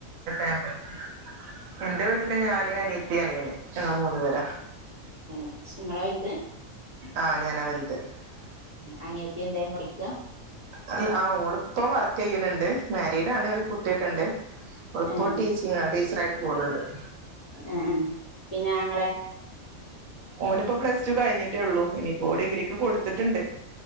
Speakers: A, on the right; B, on the left.
A: ഉം <unintelligible> ഇന്റെ വീട്ട്ല് ഞാന്, അനിയത്തി, അനിയന്, ഞങ്ങള് മൂന്ന് പേരാ
B: ഏഹ് ഇങ്ങളാ വെൽത്?
A: ആഹ് <unintelligible>
B: അനിയത്തിഎന്തേ പടിക്ക
A: ആഹ് ആഹ് ഓളിപ്പം വർക്കെയുണുണ്ട് മാരീഡ് ആണ് ഒരു കുട്ടിക്കേണ്ട് ഒളുപ്പോ
B: ഏഹ്
A: ടീച്ചിങ് ടീച്ചറായിട്ട് പോകുന്നുണ്ട് <inaudible>
B: ആഹ് ആഹ് പിന്നെ ആങ്ങളെ
A: ഓൻ ഇപ്പോ പ്ലസ് ടു കഴിഞ്ഞിട്ടേ ഉള്ളൂ ഇനിയിപ്പോ ഡിഗ്രിക്ക് കൊടുത്തിട്ടുണ്ട്